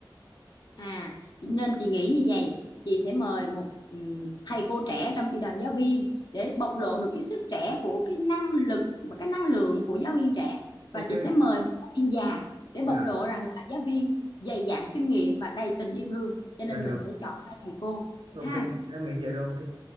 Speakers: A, on the left; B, on the right.
A: À, nên chị nghĩ như vậy, chị sẽ mời một ừm, thầy cô trẻ trong chị đoàn giáo viên để bộc lộ được cái sức trẻ của cái năng lực và cái năng lượng của giáo viên trẻ
B: Ok,
A: và chị sẽ mời một giáo viên già để
B: dạ,
A: bộc lộ rằng là giáo viên dày dặn kinh nghiệm và đầy tình yêu thương cho
B: dạ
A: nên
B: được.
A: mình sẽ chọn hai thầy cô
B: Ok,
A: ha
B: em nghĩ vậy là ok.